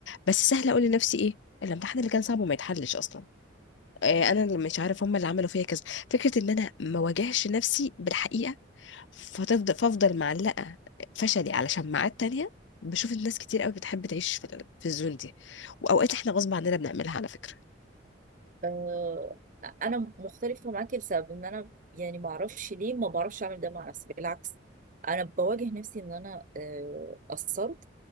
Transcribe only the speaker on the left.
بس سهله اقول لنفسي ايه الامتحان اللي كان صعب وما يتحلش اصلا آه، انا اللي مش عارف هم اللي عملوا فيا كذا فكره ان انا ما واجهش نفسي بالحقيقه فتفضل فافضل معلقة فشلي على شماعات تانية بشوف الناس كتير قوي بتحب تعيش في ال- في الزون دي واوقات احنا غصب عننا بنعملها على فكرة